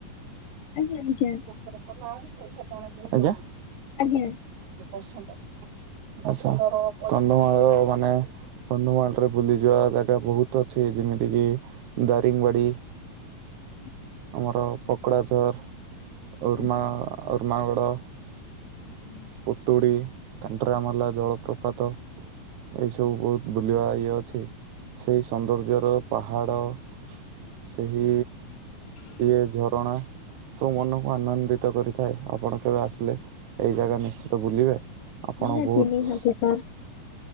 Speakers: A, on the left; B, on the right.
A: ଆଜ୍ଞା ଆଜ୍ଞା।
B: <unintelligible> ପଛେ ତଳେ ଥିଲେ। ଆଜ୍ଞା
A: ଆଜ୍ଞା।
B: ପସନ୍ଦ ପସନ୍ଦ ର। କନ୍ଧମାଳ ମାନେ କନ୍ଧମାଳରେ ବୁଲିଯିବା ଜାଗା ବହୁତ୍ ଅଛି ଯେମିତିକି ଦାରିଙ୍ଗ୍ ବାଡ଼ି-
A: ହ
B: ଆମର ପକଡା ଝର୍- ଉର୍ମା,
A: ଆଜ୍ଞା
B: ଉର୍ମାଗଡ।
A: <inaudible>
B: ପୁତୁଡ଼ି, କାଣ୍ଡରାମଲା ଜଳପ୍ରପାତ ଏସବୁ ବହୁତ୍। ବୁଲିବା ଇଏ ଅଛି ସେଇ ସୌନ୍ଦର୍ଯ୍ୟର ପାହାଡ଼। ସେହି ଇଏ ଝରଣା ସବୁ ମନ- ମୁଁ ଆନନ୍ଦିତ କରିଥାଏ ଆପଣ କେବେ ଆସିଲେ ଏଇ ଜାଗା ନିଶ୍ଚିତ ବୁଲିବେ। ଆପଣ
A: ନିହାତି
B: ବହୁତ
A: ନିହାତି ସାର୍